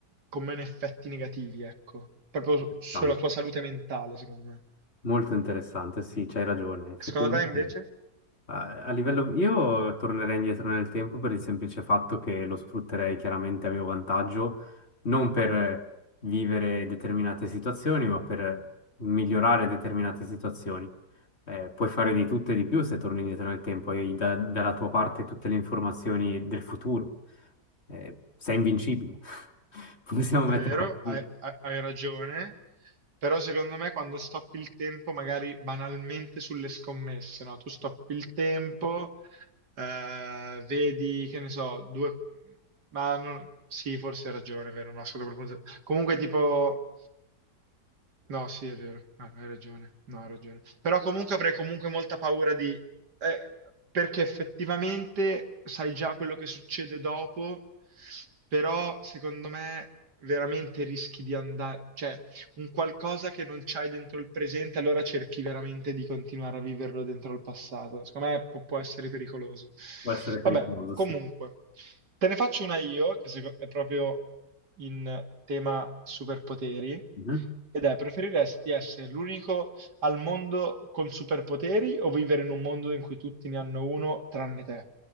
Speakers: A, on the right (about 85°); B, on the left (about 40°).
A: con meno effetti negativi, ecco. Proprio su-
B: Interessante.
A: sulla tua salute mentale, secondo me.
B: Molto interessante, sì, c'hai ragione. Effettivamente.
A: Secondo te invece?
B: A a livello, io tornerei indietro nel tempo per il semplice fatto che lo sfrutterei chiaramente a mio vantaggio, non per vivere determinate situazioni, ma per migliorare determinate situazioni. Eh, puoi fare di tutto e di più se torni indietro nel tempo, hai da- dalla tua parte tutte le informazioni del futuro. Eh, sei invincibile. <laughs> Possiamo
A: È
B: metterla
A: vero,
B: così,
A: hai, hai- hai ragione, però secondo me quando stoppi il tempo, magari banalmente sulle scommesse, no? Tu stoppi il tempo, eh, vedi, che ne so, due... Ma non- sì, forse hai ragione, è vero, no, sotto quel punto... Comunque tipo... No, sì, è vero, Ah, hai ragione, no, hai ragione. Però comunque avrei comunque molta paura di... eh, perché effettivamente sai già quello che succede dopo, però secondo me veramente rischi di andare... Cioè, un qualcosa che non c'hai dentro il presente, allora cerchi veramente di continuare a viverlo dentro il passato. Secondo me può, può essere pericoloso.
B: può essere
A: Vabbè,
B: pericoloso,
A: comunque,
B: sì.
A: te ne faccio una io, che seco- è proprio in tema superpoteri,
B: Mhm.
A: ed è, preferiresti essere l'unico al mondo con superpoteri o vivere in un mondo in cui tutti ne hanno uno tranne te?